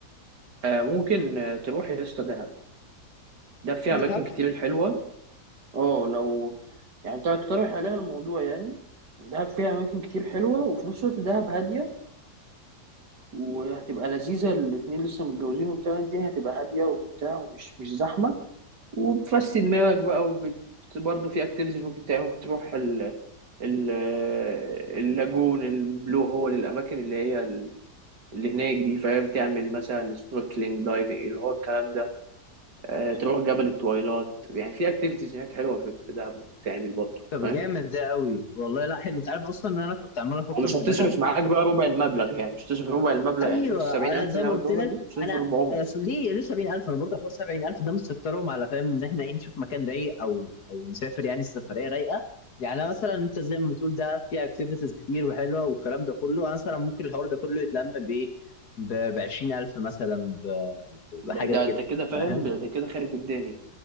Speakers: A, on the right (about 80°); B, on the left (about 65°).
A: آه ممكن آه، تروح يا اسطى دهب ده فيها اماكن
B: دهب
A: كتير حلوه اه لو يعني انت هتقترح عليها الموضوع يعني دهب فيها اماكن كتير حلوه وفي نفس الوقت دهب هاديه وهتبقى لذيذه الاتنين لسه متجوزين وبتاع الدنيا هتبقى هاديه وبتاع ومش مش زحمه وبتفسي دماغك بقى وبت برضه في اكتيفيتيز ممكن تعمل ممكن تروح ال... ال... اللاجون البلو هول الاماكن اللي هي ال- اللي هناك دي فاهم تعمل مثلا سنوركلينج دايفنج اللي هو الكلام ده آه، تروح جبل التويلات يعني في اكتيفيتيز هناك حلوه في في دهب ممكن تعمل برضه
B: طب
A: فاهم
B: جامد ده قوي والله لا حلو انت عارف اصلا ان انا كنت عمال افكر
A: ومش
B: في
A: هتصرف
B: دهب
A: معاك بقى ربع المبلغ يعني مش هتصرف ربع المبلغ
B: ايوه
A: يعني شفت السبعين
B: انا
A: ألف
B: زي
A: اللي
B: ما
A: أنا
B: قلت
A: قلتهم
B: لك
A: لك دول مش هتصرف
B: انا
A: ربعهم
B: أصل ليه ليه 70000 انا برضه حوار 70000 ده مستكترهم على فاهم ان احنا ايه نشوف مكان رايق او او نسافر يعني السفريه رايقه يعني أنا مثلا انت زي ما بتقول ده فيها اكتيفيتيز كتير وحلوه والكلام ده كله انا مثلا ممكن الحوار ده كله يتلم بايه ب 20000 مثلا ب-
A: ده
B: بحاجه
A: ده
B: كده
A: أنت كده فاهم
B: فاهم
A: ده ده كده خارب الدنيا